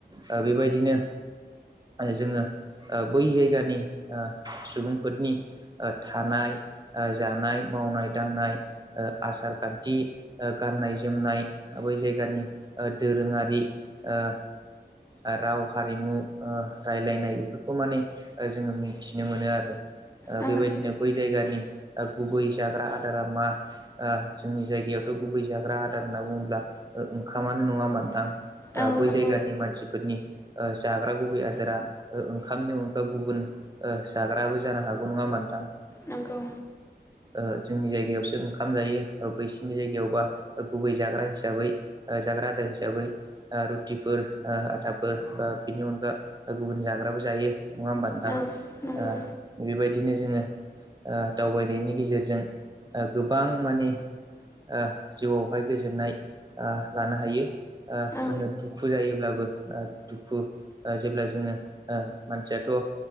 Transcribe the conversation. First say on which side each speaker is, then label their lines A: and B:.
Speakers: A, on the right; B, on the left.
A: ओ बेबायदिनो जोङो ओ बै जायगानि ओ सुबुंफोरनि थानाय जानाय मावनाय दांनाय ओ आसार खान्थि गाननाय जोमनाय बै जायगानि ओ दोरोङारि ओ ओ राव हारिमु ओ रायलायनाय बेफोरखौ माने ओ जोङो मिथिनो मोनो आरो
B: औ
A: बेबायदिनो ओ बै जायगानि गुबै जाग्रा आदार दारामा ओ जोंनि जायगायावथ' गुबै जाग्रा आदार होनना बुङोब्ला ओंखामानो नङाहोनबा नोंथां
B: औ
A: ओ बै
B: नंगौ
A: जायगानि मानसिफोरनि जाग्रा गुबै आदारा ओंखामनि अनगा गुबुन ओ जाग्राबो जानो हागौ नङा होनबा नोंथां
B: नंगौ
A: ओ जोंनि जायगायावसो ओंखाम जायो बैसिनि जायगायावबा गुबै जाग्रा हिसाबै ओ जाग्रा आदाय हिसाबै ओ रुटिफोर ओ आटाफोर बा बिनि अनगा गुबुन जाग्राबो जायो नङा होमबा नोंथां
B: औ नंगौ
A: ओ बेबायदिनो जोङो ओ दावबायनायनि गेजेरजों ओ गोबां माने ओ जिउआवहाय गोजोननाय ओ लानो हायो ओ
B: औ
A: जोङो दुखु जायोब्लाबो ओ दुखु ओ जेब्ला जोङो ओ मानसियाथ'ओ